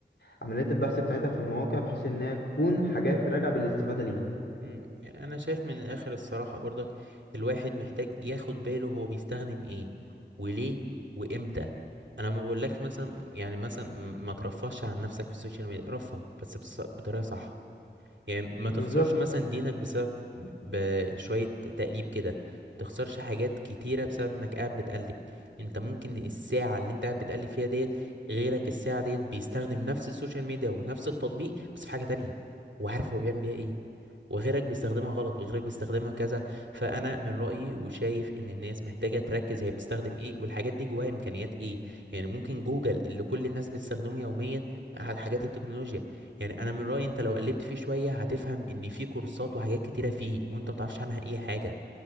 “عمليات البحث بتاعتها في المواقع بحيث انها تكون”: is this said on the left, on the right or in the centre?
Left